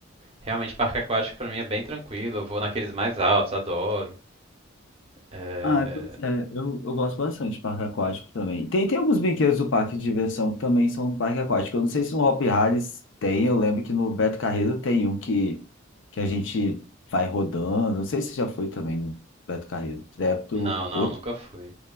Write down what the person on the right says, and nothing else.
realmente parque aquático pra mim é bem tranquilo. Eu vou naqueles mais altos, adoro. É,
Não, não,
nunca fui.